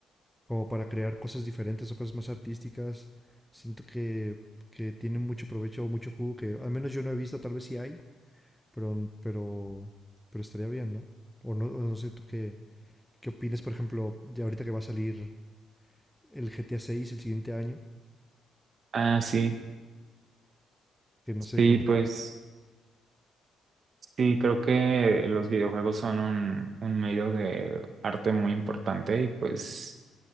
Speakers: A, in the centre; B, on the right.
A: como para crear cosas diferentes o cosas más artísticas. Siento que, que tienen mucho provecho o mucho jugo que al menos yo no he visto, tal vez sí hay, pero, pero, pero estaría bien, ¿no? O no, o no sé tú qué, qué opinas, por ejemplo, ya ahorita que va a salir el GTA 6 el siguiente año,
B: Ah, sí,
A: que no sé
B: sí,
A: qué... mu-
B: pues sí, creo que los videojuegos son un, un medio de arte muy importante y pues